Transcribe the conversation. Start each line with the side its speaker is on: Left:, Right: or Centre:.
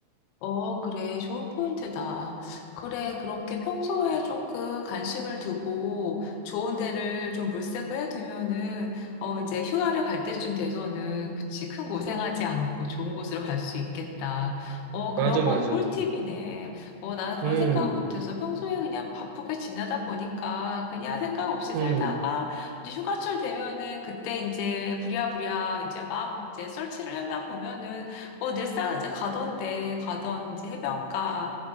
Left: 어, 그래. 좋은 포인트다. 그래. 그렇게 평소에 조금 관심을 두고 좋은 데를 좀 물색을 해두면은, 어, 이제 휴가를 갈 때쯤 돼서는, 그치. 큰 고생하지 않고 좋은 곳으로 갈 수 있겠다. 어,
Right: 맞아,
Left: 그런 건
Right: 맞아.
Left: 꿀팁이네. 어, 나는 그런
Right: 음,
Left: 생각 못해서 평소에 그냥 바쁘게 지내다 보니까 그냥 생각 없이 살다가
Right: 음,
Left: 이제 휴가철 되면은 그때 이제 부랴부랴 이제 막 이제 설치를 하다 보면은 뭐 늘상 이제 가던데 가던 이제 해변가